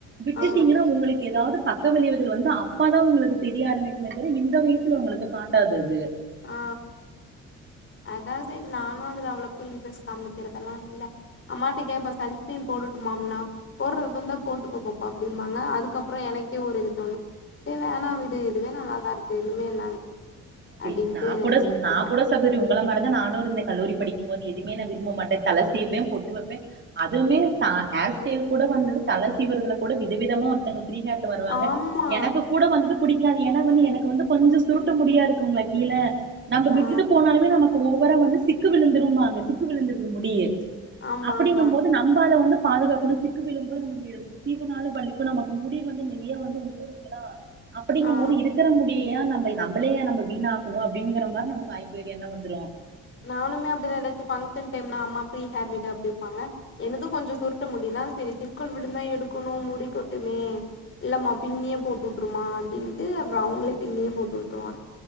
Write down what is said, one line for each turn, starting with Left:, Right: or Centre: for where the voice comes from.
Right: விட்டுட்டீங்கனா
Left: ஆ ஆ
Right: எதாவது பக்க விளைவுகள் வந்து அப்ப தா உங்களுக்கு தெரிய ஆரம்பிக்குமே தவிர இந்த வயசுல உங்களுக்கு காட்டாதது
Left: ஆ அதாவது சரி நானோ அதுல அவ்வளவுக்கு இன்ட்ரெஸ்ட் காமிக்கிறதெல்லா இல்ல அம்மாட்ட கேப்ப சன்ஸ்கிரீம் போடட்டுட்டுமாம்னா போட்றத தா போட்டுக்க பாப்பா அப்படிம்பாங்க அதுக்கப்புறோ எனக்கே ஒரு இது தோணோ செரி வேணா விடு இதுவே நல்லாதா இருக்கு இனிமே என்ன அப்டின்ட்டு
Right: ஏ நா கூட
Left: விட்ருவே
Right: நா கூட சகோரி உங் உங்கள மாரி தா நானுருந்தே கல்லூரி படிக்கும்போது எதுவுமே நா விரும்ப மாட்டே தல சீவுவே பொட்டு வெப்பே அதுமே த ஹேர் ஸ்டைல் கூட வந்தது தல சீவுரதுல கூட வித விதமா ஒருத்தவுங்க ஃப்ரீ ஹேர்ல வருவாங்க
Left: ஆமா
Right: எனக்கு கூட வந்துட்டு பிடிக்காது ஏன்னா வந்து எனக்கு வந்து கொஞ்சோ சுருட்ட முடியா இருக் இருக்குங்களா கீல நம்ம
Left: ஆ
Right: விட்டுட்டு போனாலுமே நமக்கு ஒவ் வர வந்து சிக்கு விழுந்துரும்பாங்க சிக்கு விழுந்துருது முடியி
Left: ஆமா
Right: அப்படிங்கும்போது
Left: ஆமா
Right: நம்பால அத வந்து பாதுகாக்கணோ சிக்கு விழும்போது நமக்கு எ சீவுனாலு வலிக்கோ நமக்கு முடி வந்து நறைய வந்து உதுருங்களா அப்படிங்கும்
Left: ஆ
Right: போது இருக்குற முடிய ஏனா நம்ப நம்பளே நம்பக் வீணாக்குவோ அப்டீங்கிற மாரி நமக்கு ஆயிபோயி எண்ணோ வந்துரோ
Left: நானுமே அப்படிதா ஏதாச்சு பங்க்ஷன் டைம்னா அம்மா ப்ரீ ஹேர் விடு அப்டீம்பாங்க என்னதும் கொஞ்சோ சுருட்ட முடி தா செரி சிக்குல் விழுந்தா எடுக்கணோ முடிக்கொட்டுமே இல்லம்மா பின்னியே போட்டு விட்டுருமா அப்படின் இது அப்புறோ அவுங்களே பின்னியே போட்டு வுட்டுருவாங்க